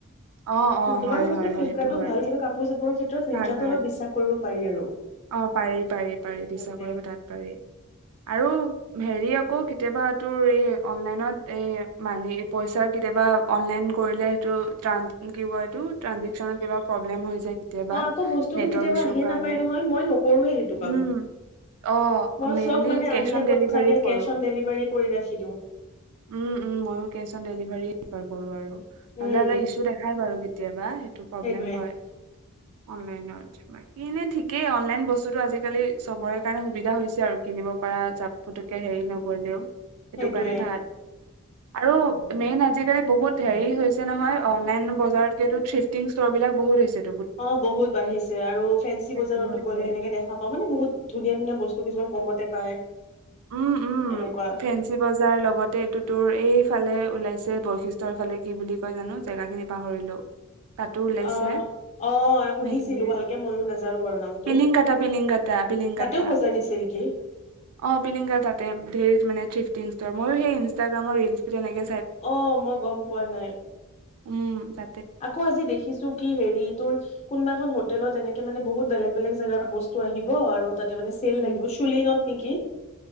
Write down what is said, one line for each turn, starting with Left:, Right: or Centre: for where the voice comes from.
Right: অ অ
Left: কিছুমান
Right: হয়
Left: বস্তু
Right: হয়
Left: ফ্লিপকাৰ্টো
Right: হয় সেইটো হয়
Left: ভাল কিবা কাপোৰ চাপোৰৰ ক্ষেত্ৰত মিন্ত্ৰটো
Right: ভাল ভাল।
Left: অলপ বিশ্বাস কৰিব পাৰি আৰু
Right: অ পাৰি পাৰি পাৰি
Left: সেইটোৱে
Right: বিশ্বাস কৰিব তাত পাৰি। আৰু হেৰি আকৌ কেতিয়াবা তোৰ এই অনলাইনত এই মাহি পইচাৰ কেতিয়াবা অনলাইন কৰিলে সেইটো ট্ৰান‌ কি কয় এইটো ট্ৰানজেকচনত কিবা প্ৰব্লেম হৈ যায়। কেতিয়াবা
Left: অ আকৌ বস্তুতো
Right: নেটৰ
Left: কেতিয়াবা
Right: ইছ্যুৰ
Left: আহিয়ে
Right: কাৰণে
Left: নাপায় নহয়। মই নকৰোয়ে সেইটো
Right: উম
Left: কাম,
Right: অ
Left: মই
Right: মেইনলি
Left: চব মানে
Right: কেচ
Left: আহিলে
Right: অন
Left: পইচা
Right: ডেলিভাৰীয়ে
Left: দিয়া কেচ
Right: কৰো
Left: অন ডেলিভাৰী কৰি ৰাখি দিওঁ
Right: উম উম ময়ো কেচ অন ডেলিভাৰীয়ে পিফাৰ কৰো আৰু হলে
Left: উম
Right: অলে ইছ্যু দেখাই বাৰু কেতিয়াবা টো প্ৰব্লেম
Left: সেইটোৱে
Right: হয় অনলাইনত বাকী এনে ঠিকেই অনলাইন বস্তুটো আজিকালি চবৰে কাৰণে সুবিধা হৈছে আৰু কিনিব পৰা যা পুতুককে হেৰি নকৰিলেও সেইটো
Left: সেইটোৱে
Right: কাৰণে ভাল আৰু মেইন আজিকালি বহুত হেৰি হৈছে নহয় অনলাইন বজাৰতকেটো চিফটিং ষ্টৰ বিলাক বহুত হৈছে
Left: অ বহুত বাঢ়িছে আৰু ফেঞ্চি
Right: সেইটো
Left: বজাৰতো
Right: সৈতে
Left: গ'লে এনেকে দেখা পাও মানে বহুত ধুনীয়া ধুনীয়া বস্তু কিছুমান কমতে পায়।
Right: উম উম
Left: এনেকুৱা
Right: ফেঞ্চি বজাৰ লগতে এইটো তোৰ এইফালে ওলাইছে বৈশিষ্টৰ এফালে কি বুলি কয় জানো জেগা খিনি পাহৰিলো। তাতো ওলাইছে
Left: অ অ শুনিছিলো
Right: সেইখিনিয়ে
Left: ভালকে ময়ো নাজানো বাৰু নামটো
Right: পিলিংকাটা পিলিংকাটা পিলিংকাটা
Left: তাতেও বজাৰ দিছে নেকি
Right: অ পিলিংকা তাতে ধেৰ মানে চিফতিং ষ্টৰ ময়ো সেই ইনষ্টাগ্ৰামৰ ৰিলচ তেনেকে
Left: অ মই গম পোৱা নাই।
Right: উম তা
Left: আকৌ আজি দেখিছো কি হেৰি তোৰ কোনোবা এখন হোটেলত এনেকে মানে বহুত। বেলেগ বেলেগ জেগাত বস্তু আহিব আৰু তা তে মানে চেল
Right: উম
Left: লাগিব চুলিনত নেকি।